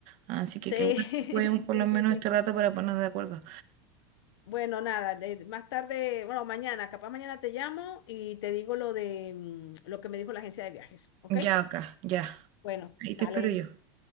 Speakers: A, on the right; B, on the left.
A: Así que
B: Sí,
A: qué bueno que podemos
B: <laughs> sí,
A: por lo
B: sí,
A: menos
B: sí.
A: este rato para ponernos de acuerdo.
B: Bueno, nada, de- más tarde, bueno, mañana, capaz mañana te llamo y te digo lo de mm, lo que me dijo la agencia de viajes, ¿ok?
A: Ya acá, ya.
B: Bueno,
A: Ahí
B: dale.
A: te espero yo.
B: chao.